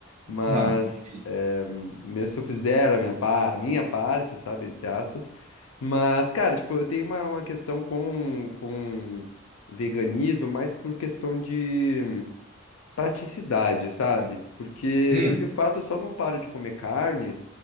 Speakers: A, on the left (about 85°); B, on the right (about 30°).
A: Mas
B: Não, difícil.
A: é, mesmo se eu fizer a minha, pa- a minha parte, sabe, entre aspas, mas cara, tipo, eu tenho uma, uma questão com com veganismo, mas por questão de praticidade, sabe? Porque
B: Hum,
A: eu de fato eu só não paro de comer carne.